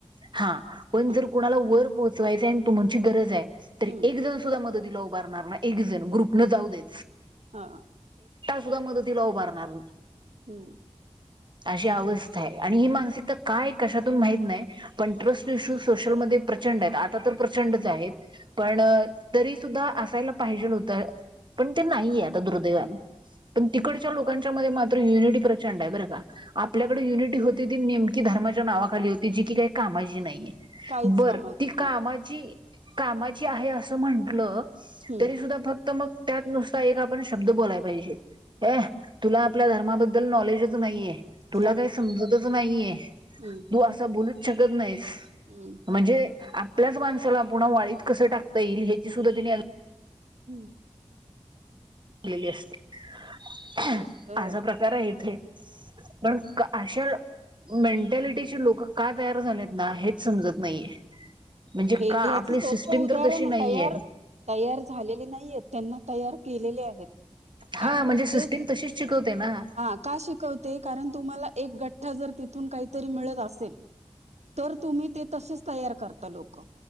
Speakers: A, on the right; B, on the right.
A: हा पण
B: ह
A: जर कुणाला वर पोहोचवायचंय आणि तु.... गरज एकजण
B: हम्म
A: सुधा मदतीला उभारणारण नाही ग्रुप जाऊ दे..
B: हा
A: मदतीला उभारणार नाही
B: हम्म
A: अशी अवस्था आहे मानसिक काय कशातून माहीत नाही.. पण ट्रस्ट इशू सोशलमध्येध्ये प्रचंड आहेत आता तर प्रचंडच आहेत पण....
B: हम्म
A: तरी सुद्धा असायला पाहिजे नव्हतं पण ते नाहीये आता दुर्दैवान.. पण तिकडच्या लोकांच्या मध्ये मात्र युनिटी प्रचंड आहे बरं का... आपल्याकडे युनिटी होती ती नेमकी धर्माच्या नावाखाली होती जी की काही कामाची नाहीये..
B: काहीच
A: बर
B: कामाचे
A: ती
B: नाही
A: कामाची कामाची आहे असं म्हण.. म्हणटल
B: हम्म
A: तरी सुद्धा फक्त मग त्यात नुसता एक आपण शब्द बोलाय पाहिजे.... <inaudible> अ तुला आपल्या धर्माबद्दल नॉलेजच नाहीये तुला
B: सम
A: काही समजतच नाहीये
B: हम्म
A: तू असा बोलूच शकत नाहीस.
B: हम्म
A: म्हणजे आपल्याच माणसाला पुन्हा वाळीत कसं टाकता येईल ह्याची सुद्धा त्यांनी...
B: हम्म
A: <inaudible> ली असते
B: तेच तर
A: असा प्रकार आहे इथे पण अशा मेंटॅलिटीची लोक का तयार झालेत ना हेच समजत नाहीये. म्हणजे
B: हे
A: का आपली
B: याच सोप
A: सिस्टीम
B: उदाहरण
A: तर तशी नाहीये.
B: तयार तयार झालेले नाही आहेत त्यांना... तयार केलेले आहेत.
A: हा
B: काय माहितीय
A: म्हणजे सिस्टीम तशीच शिकवते ना.
B: हा का शिकवते कारण तुम्हाला एक गठ्ठा जर तिथून काहीतरी मिळत असेल. तर तुम्ही ते तसेच तयार करता लोक